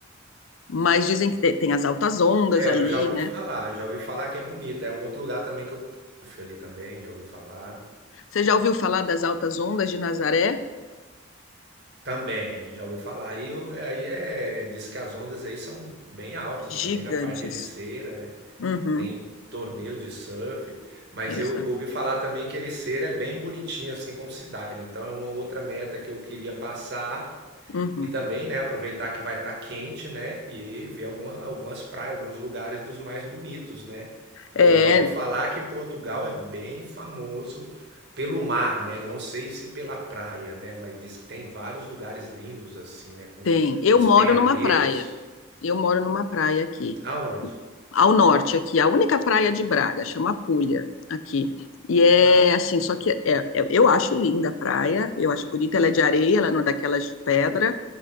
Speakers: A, on the left; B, on the right.
A: mas dizem que te- tem as altas ondas
B: É,
A: ali,
B: eu já ouvi
A: né?
B: falar, já ouvi falar que é bonita. É um outro lugar também que eu fui ali também, já ouvi falar.
A: Você já ouviu falar das altas ondas de Nazaré?
B: Também, já ouvi falar. Aí, eu- aí é, diz que as ondas aí são bem altas
A: Gigantes.
B: também na parte de Ericeira, né?
A: Uhum,
B: Tem torneio de surf, mas
A: exato.
B: eu ouvi falar também que Ericeira é bem bonitinha, assim como cidade. Então é uma outra meta que eu queria passar
A: Uhum.
B: e também, né, aproveitar que vai estar quente, né, e ver alguma, algumas praias, alguns lugares dos mais bonitos, né? Porque
A: É,
B: eu já ouvi falar que Portugal é bem famoso pelo mar, né? Não sei se pela praia, né, mas diz que tem vários lugares lindos assim, né, com
A: tem. Eu
B: despenhadeiros.
A: moro numa praia. Eu moro numa praia aqui,
B: Aonde?
A: ao norte aqui, a única praia de Braga, chama Pulha aqui. E é
B: Ah,
A: assim, só que é- é- eu acho linda a praia, eu acho bonita, ela é de areia, ela não é daquelas de pedra.